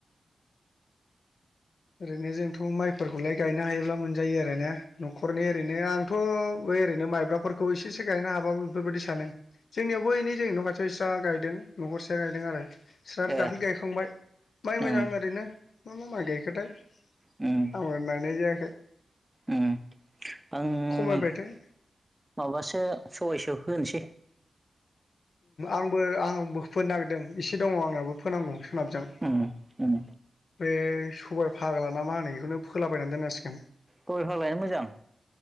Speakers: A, on the left; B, on the right.
A: ओरैनो जोंथ' माइफोरखौलाय गायनो हायोब्ला मोनजायो आर आरो ने न'खरनि ओरैनो आंथ' बै ओरैनो माइब्राफोरखौ इसेसो गायनो हाबो बेफोरबायदि सानो जोंनियावबो ओै जोंनि न खा स्र्रि स्रा गायदों न'खरसेया गायदों आरो बिस्रा
B: ओ
A: दाखालि गायखांबाय माइ मोजां
B: ओम
A: ओरैनो मा मा माइ गायखोथाय
B: ओम
A: आंबो नायनाय जायाखै
B: ओम आं
A: खमायबायथाय
B: माबासो सबायसो फोनोसै
A: आंबो आंबो फोनो नागिरदों एसे दङ आंनाबो फोनांगौ सोनाबजों
B: ओम ओम
A: बे सबाइ फाग्लाना मा होनो बेखौनो फोलाबायनानै दोननांसिगोन
B: सबाइ फालायानो मोजां